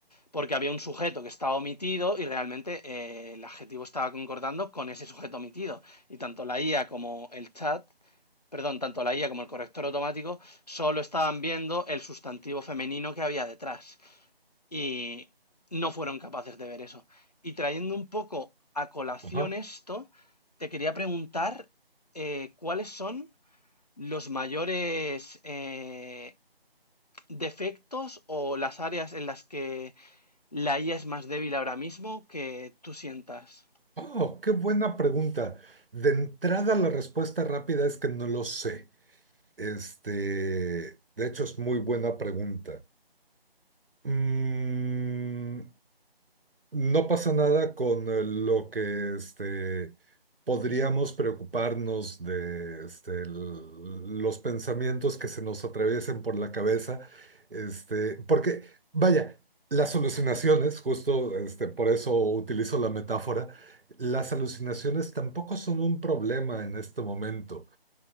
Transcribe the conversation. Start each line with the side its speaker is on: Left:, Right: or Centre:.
Left: porque había un sujeto que estaba omitido y realmente eh, el adjetivo estaba concordando con ese sujeto omitido. Y tanto la IA como el chat, perdón, tanto la IA como el corrector automático solo estaban viendo el sustantivo femenino que había detrás. Y no fueron capaces de ver eso. Y trayendo un poco a colación
Right: ajá.
Left: esto, te quería preguntar eh, cuáles son los mayores eh, defectos o las áreas en las que la IA es más débil ahora mismo que tú sientas.
Right: Oh, qué buena pregunta. De entrada, la respuesta rápida es que no lo sé. Este, de hecho, es muy buena pregunta. Mm, no pasa nada con eh, lo que este, podríamos preocuparnos de este, el- los pensamientos que se nos atraviesen por la cabeza. Este, porque, vaya, las alucinaciones, justo este, por eso utilizo la metáfora, las alucinaciones tampoco son un problema en este momento.